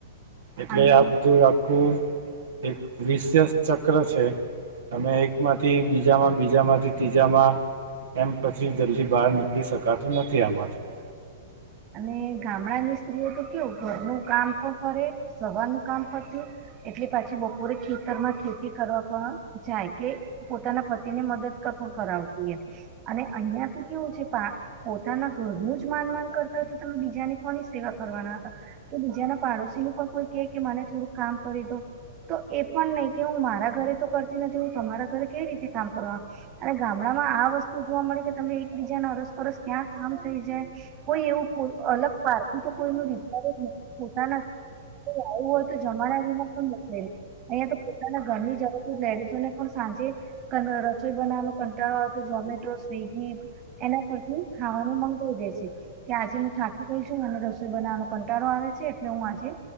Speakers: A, on the right; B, on the right.
A: એટલે
B: અને
A: આ બધું આખું એક વિશેષ ચક્ર છે તમે એકમાંથી બીજામાં બીજામાંથી ત્રીજામાં એમ પછી જલ્દી બહાર નીકળી શકાતું નથી આમાંથી
B: અને ગામડાની સ્ત્રીઓ તો કેવું ઘરનું કામ પણ કરે સવારનું કામ પત્યું એટલે પાછી બપોરે ખેતરમાં ખેતી કરવા પણ જાય કે પોતાના પતિને મદદ પણ કરાવતી અને અહિયાં તો કેવું છે પોતાના ઘરનું જ માનમાન કરતા હોય તો તમે બીજાની કોની સેવા કરવાના હતા કે બીજાના પાડોશીનું પણ કોઈ કે મને થોડું કામ કરી દો તો એ પણ નહી કે હું મારા ઘરે તો કરતી નથી હું તમારા ઘરે કેવી રીતે કામ કરવા અને ગામડા માં આ વસ્તુ જોવા મળે કે તમે એકબીજા ના અરસ પરરસ ક્યાં કામ થઈ જાય કોઈ એવું અલગ પારખું તો કોઈ નું વિચાર પોતાના આવું હોય તો જમાનામાં પણ મોકલે અહિયાં તો પોતાના ઘરની જરૂર જ લેડીઝોને પણ આજે રસોઈ બનાવવાનો કંટાળો આવે તો ઝોમેટો સ્વીગી એના પરથી ખાવાનું મંગાવી દે છે કે આજે હું થાકી ગઈ છું મને રસોઈ બનાવાનો કંટાળો આવે છે એટલે હું આજે